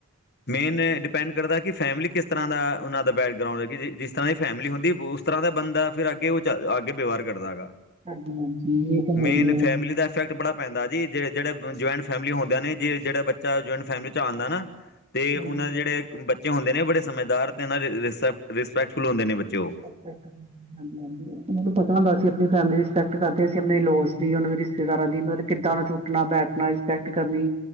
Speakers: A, on the left (about 50°); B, on the right (about 30°).
A: ਮੇਨ ਡਿਪੈਂਡ ਕਰਦਾ ਕਿ ਫੈਮਿਲੀ ਕਿਸ ਤਰ੍ਹਾਂ ਦਾ ਉਹਨਾਂ ਦਾ ਬੈਕਗਰਾਊਂਡ ਹੈ ਕਿ ਜਿਸ-ਜਿਸ ਤਰ੍ਹਾਂ ਦੀ ਫੈਮਿਲੀ ਹੁੰਦੀ ਉਸ ਤਰ੍ਹਾਂ ਦਾ ਬੰਦਾ ਫਿਰ ਅੱਗੇ ਉਹ ਅੱਗੇ ਵਿਵਹਾਰ ਕਰਦਾ ਹੈਗਾ
B: ਹਾਂਜੀ-ਹਾਂਜੀ ਇਹ ਤਾਂ ਹੈ
A: ਮੇਨ
B: ਹੀ ਹੈ।
A: ਫੈਮਿਲੀ ਦਾ ਇਫੈਕਟ ਬੜਾ ਪੈਂਦਾ ਜੀ ਜਿਹੜੇ ਜੁਆਇੰਟ ਫੈਮਲੀ ਹੁੰਦੀਿਆਂ ਨੇ ਜੀ ਜਿਹੜਾ ਬੱਚਾ ਜੁਆਇੰਟ ਫੈਮਲੀ ਚ ਆਉਂਦਾ ਨਾ ਤੇ
B: ਹਾਂਜੀ।
A: ਉਹਨਾਂ ਦੇ ਜਿਹੜੇ ਬੱਚੇ ਹੁੰਦੇ ਨੇ ਬੜੇ ਸਮਝਦਾਰ ਤੇੈ ਰਿਸਪੈਕਟਫੁਲ ਹੁੰਦੇ ਨੇ ਬੱਚੇ ਉਹ
B: ਹਾਂਜੀ-ਹਾਂਜੀ ਮ ਪਤਾ ਹੁੰਦਾ ਸੀ ਆਪਣੀ ਫੈਮਿਲੀ ਰਿਸਪੈਕਟ ਕਰਦੇ ਅਸੀਂ ਆਪਣੇ ਲੋਸ ਦੀ ਉਹਨਾਂ ਦੇ ਰਿਸ਼ਤੇਦਾਰਾਂ ਦੀ ਮਤਲਬ ਕਿੱਦਾਂ ਨੂੰ ਉਠਣਾ ਬੈਠਣਾ ਰੇਸਪੈਕਟ ਕਰਨੀ